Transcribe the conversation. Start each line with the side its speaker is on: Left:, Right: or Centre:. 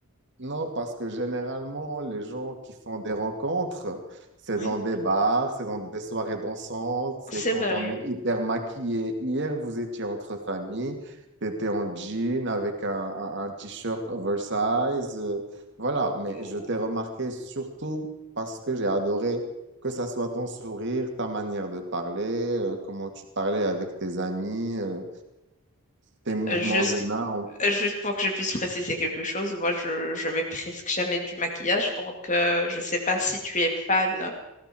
Right: Non, parce que généralement, les gens qui font des rencontres, c'est
Left: Oui,
Right: dans des bars, c'est dans des soirées dansantes, c'est
Left: c'est
Right: quand
Left: vrai.
Right: on est hyper maquillé. Hier, vous étiez entre familles, t'étais en jean avec un, un- un t-shirt oversize. euh, voilà, mais
Left: Ouh.
Right: je t'ai remarqué surtout parce que j'ai adoré que ça soit ton sourire, ta manière de parler, euh, comment tu parlais avec tes amis, euh, tes mouvements
Left: Euh, Juste,
Right: de main.
Left: euh, juste pour que je puisse préciser quelque chose, moi je, je mets presque jamais du maquillage, donc euh, je sais pas si tu es fan